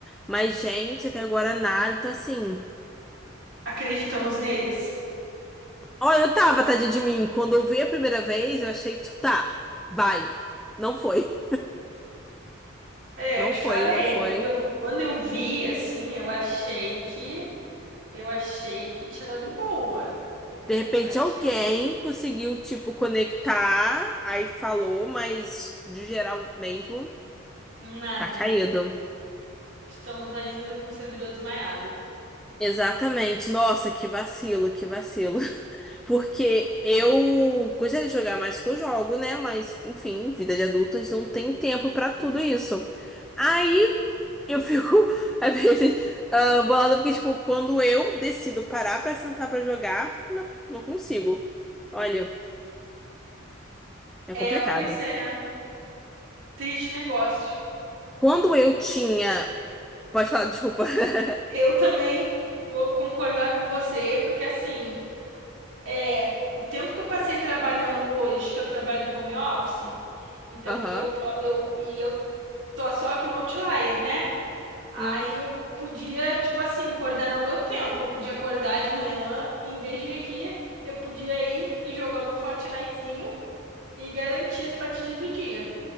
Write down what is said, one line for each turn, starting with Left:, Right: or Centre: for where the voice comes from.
Centre: Mas, gente, até agora nada. Então, assim.
Right: Acreditamos neles.
Centre: Olha, eu tava, tadinha de mim. Quando eu vi a primeira vez, eu achei, tipo, tá, vai. Não foi. <laughs>
Right: É,
Centre: Não
Right: te
Centre: foi,
Right: falei,
Centre: não foi.
Right: quando eu, quando eu vi assim, eu achei que Eu achei que tinha dado boa, né?
Centre: De repente,
Right: Eu achei
Centre: alguém conseguiu, tipo, conectar. Aí falou, mas de geral mesmo,
Right: nada.
Centre: tá caído.
Right: Estamos ainda com o servidor desmaiado.
Centre: Exatamente. Nossa, que vacilo, que vacilo. <laughs> Porque eu gostaria de jogar mais que eu jogo, né? Mas, enfim, vida de adultas não tem tempo pra tudo isso. Aí Eu fico, <laughs> às vezes, ah, bolada porque, tipo, quando eu decido parar pra sentar pra jogar, não, não consigo. Olha, é
Right: É,
Centre: complicado.
Right: pois é. Triste negócio.
Centre: Quando eu tinha. Pode falar, desculpa. <laughs>
Right: Eu também vou concordar com você, porque assim, é, o tempo que eu passei trabalhando hoje, que eu trabalho de home office, então
Centre: Aham.
Right: eu, po- eu, e eu tô só aqui no Outlier, né? Aí
Centre: Hum,
Right: eu podia, tipo assim, coordenar o meu tempo. Eu podia acordar de manhã, em vez de vir aqui, eu podia ir e jogar o meu Fortnitezinho. e garantir as partidinhas do dia.